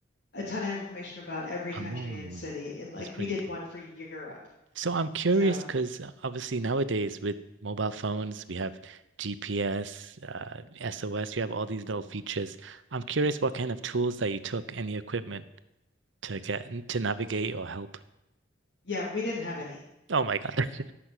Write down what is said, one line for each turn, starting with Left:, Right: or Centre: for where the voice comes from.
Left: a ton of information about every country
Right: Oh,
Left: and city. And like,
Right: that's pretty
Left: we did
Right: cool.
Left: one for Europe.
Right: So I'm curious
Left: So
Right: because obviously nowadays with mobile phones, we have GPS, uh, SOS, you have all these little features. I'm curious what kind of tools that you took, any equipment to get to navigate or help.
Left: yeah, we didn't have any.
Right: Oh my God. <laughs>